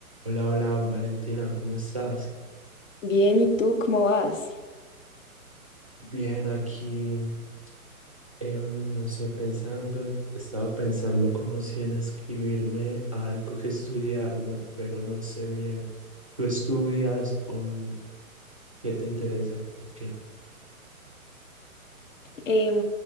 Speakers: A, on the right; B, on the left.
A: Hola, hola Valentina, ¿cómo estás?
B: Bien, ¿y tú cómo vas?
A: Bien, aquí, em, no sé, pensando, estaba pensando como si en escribirme a algo que estudiar, no- pero no sé bien. ¿Tú estudias o mm, qué te interesa o qué?
B: Em,